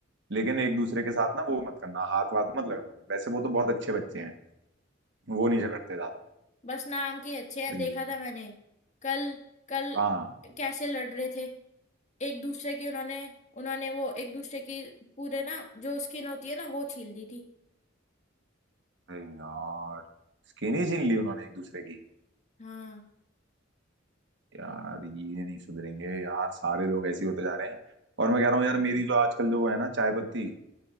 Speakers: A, on the right (about 65°); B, on the left (about 35°).
A: लेकिन एक दूसरे के साथ ना वो मत करना हाथ वाथ मत लगाना वैसे वो तो बहुत अच्छे बच्चे हैं वो नहीं झगड़ते ज्यादा
B: बस नाम के अच्छे हैं
A: अरे
B: देखा
A: ये-
B: था मैंने कल कल
A: हाँ
B: कैसे लड़ रहे थे एक दूसरे की उन्होंने उन्होंने वो एक दूसरे की पूरे ना जो स्किन होती है ना वो छील दी थी
A: अरे यार स्किन ही छीन ली उन्होंने एक दूसरे की
B: हाँ
A: यार ये नहीं सुधरेंगे यार सारे लोग ऐसे ही होते जा रहे हैं और मैं कह रहा हूँ यार मेरी जो आजकल जो वो है ना चाय पत्ती